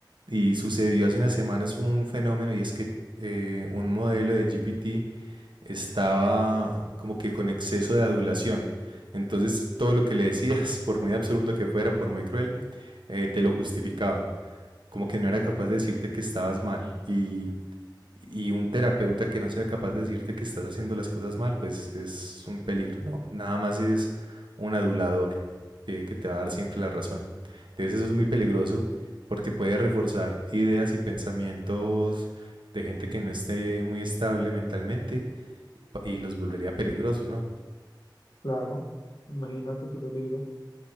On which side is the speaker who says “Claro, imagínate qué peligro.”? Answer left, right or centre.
Left